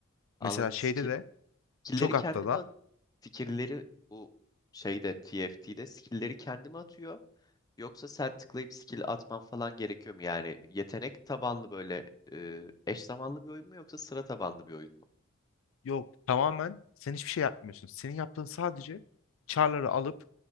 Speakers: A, on the left; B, on the left.
A: anladım.
B: Mesela şeyde
A: Skill,
B: de
A: skill'leri
B: çok hatta
A: kendime
B: da
A: at- fikirleri bu şeyde TFT'de skill'leri kendime atıyor. Yoksa sen tıklayıp skill atman falan gerekiyor mu? Yani yetenek tabanlı böyle e, eş zamanlı bir oyun mu yoksa sıra tabanlı bir oyun mu?
B: yok tamamen sen hiçbir şey yapmıyorsun. Senin yaptığın sadece char'ları alıp